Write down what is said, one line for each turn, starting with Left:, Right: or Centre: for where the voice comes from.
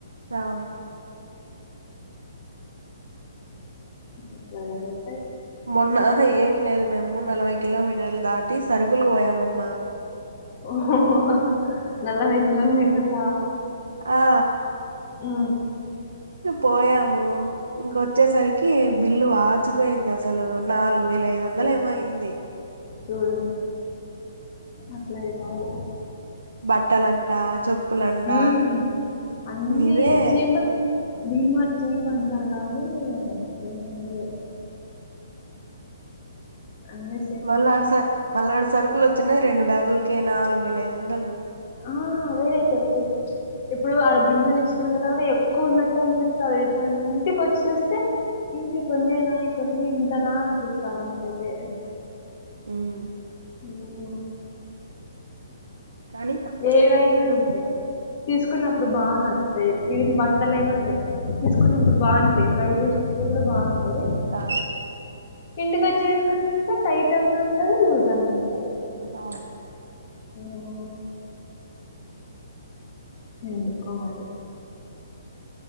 Right: అవును
Left: ఇట్లా జరుగుతాయ్
Right: మొన్నహ ఏం లేదు మేము నలభై కిలోమీటర్లు దాటి సరుకులుకి పోయామమ్మా
Left: ఓ హొ హొ హొ నలభై కిలోమీటర్లా
Right: ఆ
Left: ఆ
Right: పోయాము ఇంకొచ్చేసరికి బిల్లు వాచిపోయింది అసలు నాలుగు వేల ఐదు వందలు ఏమో అయింది
Left: చూడు అట్లా అయికావు
Right: బట్టలంట చెప్పులంట
Left: మ్ అన్నీ
Right: ఇవే
Left: చీప్ డీమార్ట్ చీప్ అంటారు కానీ ఏముండదు అన్ని
Right: మళ్ళడ స మళ్ళడ సరుకులు వచ్చినయ్ రెండు బ్యాగులకే నాలుగు వేల ఐదు వందలు
Left: ఆ అదే చెప్పు ఇప్పుడు ఆడ బిల్లు తీసుకునే కూడా ఎక్కువ ఉన్నట్టు అనిపిస్తది కానీ ఇంటికి వచ్చి చూస్తే ఇన్ని కొన్నేనా కొన్నే ఇంతనా అనిపిస్తది మాతైతే
Right: మ్
Left: మ్
Right: కానీ తప్పదు
Left: ఏవయినా
Right: ఏం చేద్దాం
Left: అంతే తీసుకున్నప్పుడు బాగా నచ్చుతాయి ఈవెన్ బట్టలయినా ఉంటాయి తీసుకున్నప్పుడు బాగుంటాయి ట్రయిల్ వేసినప్పుడు కూడా బాగుంటాయ్
Right: ఆ
Left: ఇంటికోచ్చి చేసుకుని చూస్తే టైట్ అన్న ఉంటది లూజ్ అన్న ఉంటది
Right: అవును
Left: మ్ ఎందుకో మరి